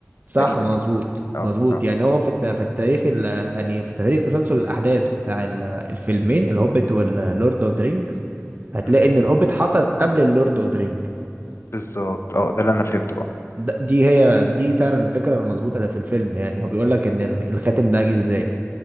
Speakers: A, on the right; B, on the left.
A: صح
B: تقريبا
A: مظبوط
B: يعني اه
A: مظبوط
B: اه
A: يعني هو
B: اه
A: في الت- في التاريخ ال- يعني في تاريخ تسلسل الاحداث بتاع ال- الفيلمين الهوبيت واللورد اوف ذا رينجز هتلاقي
B: مم.
A: ان الهوبيت حصل قبل اللورد اوف ذا رينج
B: بالظبط اه ده اللي أنا فهمته اه
A: ده- دي هي دي فعلا الفكره المظبوطه اللي في الفيلم يعني هو بيقول لك ان ال- الخاتم ده جه ازاي